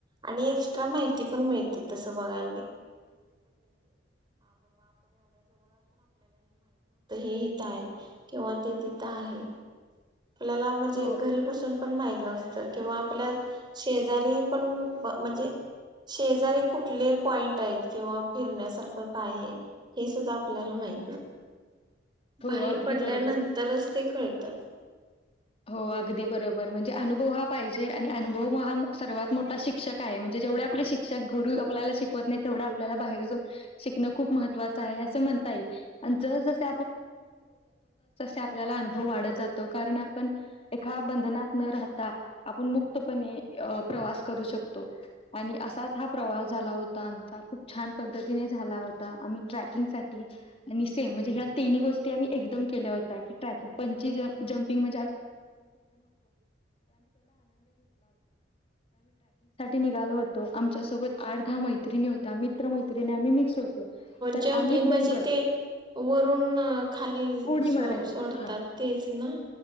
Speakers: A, on the right; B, on the left.
A: आणि एक्स्ट्रा माहिती पण मिळते तसं बघा <inaudible> आहे किंवा ते तिथ आहे आपल्याला म्हणजे
B: हो
A: घरी बसून पण माहित नव्हत किंवा आपल्या शेजारी पण म्हणजे शेजारी कुठले पॉईंट आहेत किंवा फिरण्यासारखं काय आहे हे सुद्धा आपल्याला माहि
B: हो
A: बाहेर
B: अगदी
A: पडल्यानंतरच
B: बरोबर
A: ते कळत
B: हो अगदी बरोबर म्हणजे अनुभव हा पाहिजे आणि अनुभव हा सर्वात मोठा शिक्षक आहे म्हणजे जेव आप शषक गर आपल्याला शिकवत नाही तेवढ आपल्याला बाहेर जा शिकण खूप महत्वाचं आहे अस आप जात आपल्या अु वात जातोण पण एका बंधनात न राहता आपण मुक्तपणे प्रवास करू शकतो आणि असाच हा प्रवास झाला होता आमचा खूप छान पद्धतीने झाला होता आम्ही ट्रॅकिंग सा आणि सेम म्हणजे ह्या तिनही गोष्टी आम्ही एकदम केल्या होत्या की ट्रॅकिंग पं जप <inaudible> ठी निघाल होतो आमच्या सोबत आठ दहा मैत्रिणी होत्या आम् ्र मैत्रिणी आम्ही मिक्स होतो तर
A: जम्पिंग
B: आणि
A: म्हणजे
B: डोंगर
A: ते वरून खाली
B: उडी मारायचे
A: सोडतात
B: हा
A: तेच ना